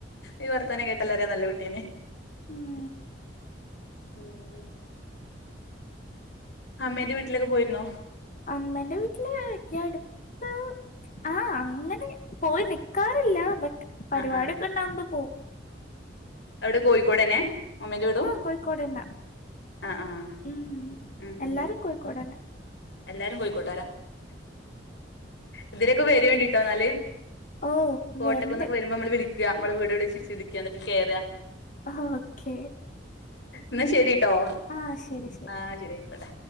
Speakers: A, on the left (about 70°); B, on the left (about 45°).
A: ഈ വർത്തനം കേട്ടല്ല അറിയ നല്ല കുട്ടീനാ
B: ഉം
A: ഉം അമ്മേന്റെ വീട്ടിലേക്ക് പോയിരുന്നോ
B: അമ്മന്റെ വീട്ടില് ഈ അടുത്ത് ആഹ് അങ്ങനെ പോയി നിക്കാറില്ല ബട്ട് പരിപാടിക്കൊക്കെ
A: ആഹ് ആഹ്
B: ഉണ്ടാവുമ്പോ പോകും.
A: എവുടെ കോയ്ക്കോടെന്നെ അമ്മേന്റെ വീടും
B: കോയ്ക്കോടെന്നെ
A: ആഹ് ആഹ്
B: ഉം
A: ഉം
B: എല്ലാരും
A: ഉം
B: കോയ്ക്കോടെന്നെ.
A: എല്ലാരും കോയ്ക്കോട്ടരാ ഇതിലൊക്കെ വെരോണ്ടിട്ടോന്നാല്.
B: ഓ
A: കോട്ടക്കന്നൊക്കെ
B: വരണ്ട്
A: വെരുമ്പോ മ്മളെ വിളിക്ക മ്മളെ വീട് എവിടെച്ച് വിളിക്കന്നട്ട് കേറ.
B: ഓക്കെ
A: ന്നാ ശെരിട്ടോ
B: ആഹ് ശരി ശരി
A: ആഹ് ശെരി ആയ്ക്കോട്ടേ.